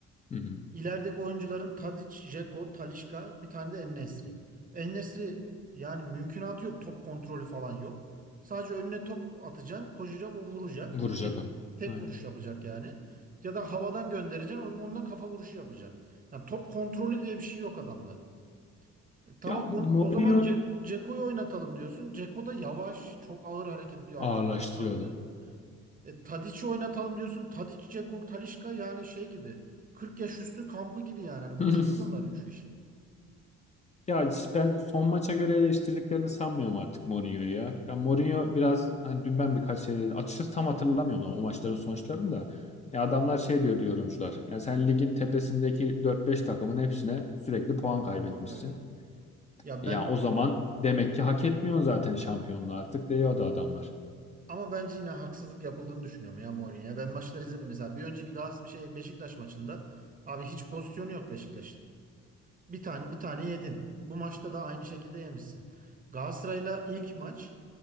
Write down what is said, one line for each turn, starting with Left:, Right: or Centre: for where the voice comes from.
Left: Hı hı.
Right: İlerideki oyuncuların Tadic, Dzeko, Talisca bir tane de En-Nesyri. En-Nesyri yani mümkünatı yok top kontrolü falan yok. Sadece önüne top atacaksın koşacak o vuracak.
Left: Vuracak onu.
Right: Tek
Left: Aynen.
Right: vuruş yapacak yani. Ya da havadan göndereceksin onun onunla kafa vuruşu yapacak. Yani top kontrolü diye bir şey yok adamda. E, Tamam
Left: Ya
Right: o,
Left: Mourinho
Right: o zaman Ce Ceko'yu oynatalım diyorsun. Ceko da yavaş, çok ağır hareket ediyor
Left: ağırlaştırıyordu.
Right: artık yaşlandı. E, Tadic'i oynatalım diyorsun. Tadic, Ceko, Talisca yani şey gibi. 40 yaş üstü kampı gibi yani. Hani
Left: <laughs>
Right: koşamıyorlar üç kişi.
Left: Ya ben son maça göre eleştirdiklerini sanmıyorum artık Mourinho'yu ya. Ya Mourinho biraz hani dün ben birkaç şey açıkçası tam hatırlamıyorum ama o maçların sonuçlarını da. Ya adamlar şey diyor yorumcular. Ya sen ligin tepesindeki dört beş takımın hepsine sürekli puan kaybetmişsin.
Right: Mangayver. Ya
Left: Ya
Right: ben
Left: o zaman demek ki hak etmiyorsun zaten şampiyonluğu artık diyordu adamlar.
Right: ama bence yine haksızlık yapıldığını düşünüyorum ya Mourinho'ya. Ben maçları izledim mesela. Bir önceki Galatasaray şey Beşiktaş maçında abi hiç pozisyonu yok Beşiktaş. Bir tane bir tane yedin. Bu maçta da aynı şekilde yemişsin. Galatasaray'la ilk maç